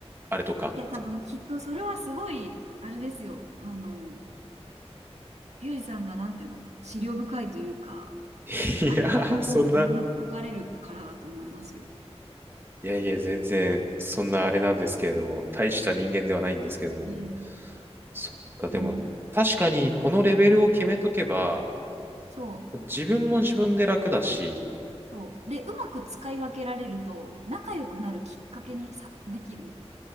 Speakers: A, on the right (about 20°); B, on the right (about 80°).
A: あれとか。
B: いや、多分きっとそれはすごい、あれですよ。あの、ゆうじさんがなんていうの、思慮深いというか、
A: <laughs> いやー、
B: 相手のことをおもんぱかれるからだと思いますよ。
A: そんな、いやいや、全然、そんなあれなんですけれども、大した人間ではないんですけれども。
B: いやいや。
A: そっか、でも、
B: うん。
A: 確かにこのレベルを決めとけば、
B: そう。
A: 自分も自分で楽だし、
B: そう。で、うまく使い分けられると、仲良くなるきっかけにさ、できる。